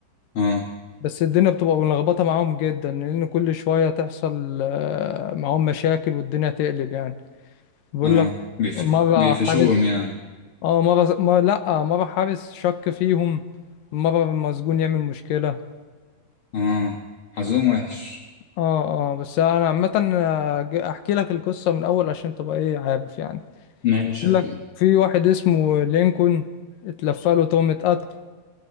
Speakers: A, on the left; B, on the left.
A: اه
B: بس الدنيا بتبقى ملخبطة معاهم جدا لان كل شوية تحصل آه، معاهم مشاكل والدنيا تقلب يعني بقول
A: اه
B: لك
A: بيف...
B: مرة
A: بيفشوهم
B: حارس
A: يعني
B: اه مرة مرة لا مرة حارس شك فيهم مرة المسجون يعمل مشكلة
A: اه حظهم وحش
B: اه اه بس انا عامة آه، احكي لك القصة من الاول عشان تبقى ايه عارف يعني
A: ماشي
B: يقول
A: هجيب
B: لك في واحد اسمه لينكولن اتلفى له تهمة قتل